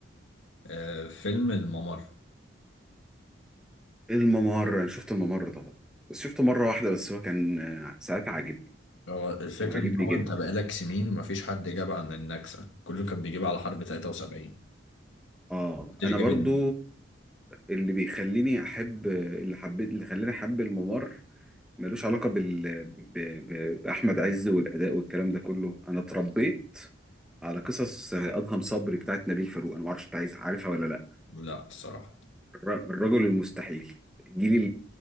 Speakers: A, on the left; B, in the centre.
A: آه، فيلم الممر
B: الممر انا شفت الممر طبعا بس شفته مره واحده بس هو كان آه، ساعتها عاجبني
A: هو الفكره
B: كان عاجبني
A: ان هو
B: جدا
A: انت بقالك سنين ما فيش حد جاب عن النكسه كله كان بيجيب على حرب 73
B: اه
A: محدش
B: انا
A: جاب
B: برضو
A: ال-
B: اللي بيخليني احب اللي حبيت اللي خلاني احب الممر ملوش علاقه بال... ب... ب... باحمد عز والاداء والكلام ده كله انا اتربيت على قصص آه، ادهم صبري بتاعت نبيل فاروق انا ما اعرفش انت عايز عارفها ولا لا
A: لا الصراحه
B: الرجل المستحيل جيل